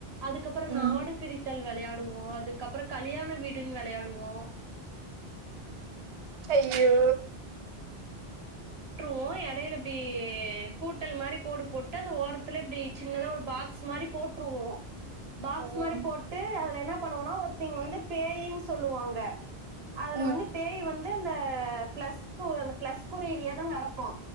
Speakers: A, on the right; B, on the right.
A: அதுக்கப்றோ
B: ம்
A: நாடு பிரித்தல் வெளையாட் டுவோ அதுக்கப்றோ கல்யாண வீடுன் வெளையாடுவோ
B: அய்யோ
A: வோ எடைல இப்டி கூட்டல் மாரி கோடு போட்டு அந்த ஓரத்துல இப்டி சின்னதா ஒரு பாக்ஸ் மாரி போட்ருவோ பாக்ஸ்
B: ம்
A: மாரி போட்டு அதுல என்ன பண்ணோனா ஒருத்திங் வந்து பேயின் சொல்லுவாங்க அதுல
B: ம்
A: வந்து பேய் வந் து அந்த ப்ளஸ் கு அந்த ப்ளஸ் குறிலியே தா நடக்கு